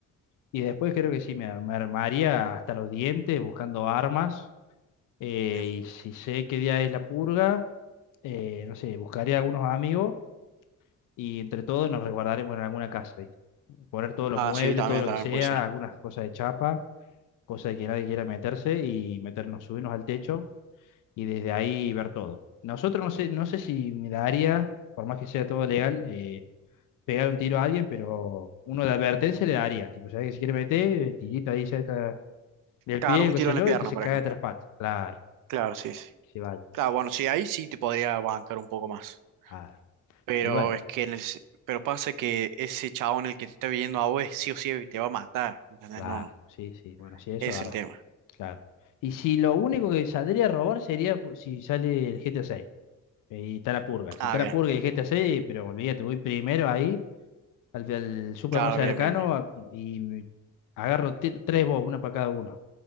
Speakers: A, on the left; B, on the right.
A: y después creo que sí, me, ar- me armaría hasta los dientes buscando armas. eh,
B: Bien.
A: y si sé qué día es la purga, eh, no sé, buscaría algunos amigos y entre todos nos resguardaremos en alguna casa, ¿viste? Poner todos los
B: Ah,
A: muebles,
B: sí, también,
A: todo lo
B: también
A: que sea,
B: puede ser.
A: algunas cosas de chapa, cosas de que nadie quiera meterse y meternos, subirnos al techo y desde ahí ver todo. Nosotros no sé, no sé si me daría, por más que sea todo legal, eh, pegar un tiro a alguien, pero uno de advertencia le daría. Tipo, ¿sabes que si quiere meter, eh, tirita ahí cerca del
B: Claro,
A: pie,
B: un
A: qué
B: tiro
A: sé
B: en
A: yo,
B: la pierna,
A: y que se
B: por
A: caiga
B: ejemplo.
A: de tres patas. Claro,
B: Claro, sí, sí.
A: que se vaya.
B: Claro, bueno, sí, ahí sí te podría bancar un poco más.
A: Claro.
B: Pero
A: Y bueno,
B: es que en el s- pero pasa que ese chabón el que te está viendo a vos sí o sí te va a matar. ¿Entendés?
A: claro,
B: No,
A: sí, sí. Bueno, sí, eso
B: ese es
A: ahora,
B: el tema.
A: claro. Y si lo único que saldría a robar sería pu- si sale el GTA 6 y está la purga. Si
B: Ah,
A: está
B: bien.
A: la purga y el GTA 6, pero olvídate, voy primero ahí al, al súper
B: Claro,
A: más cercano
B: bien, bien, bien.
A: a- y me- agarro t- tres bobos, una para cada uno,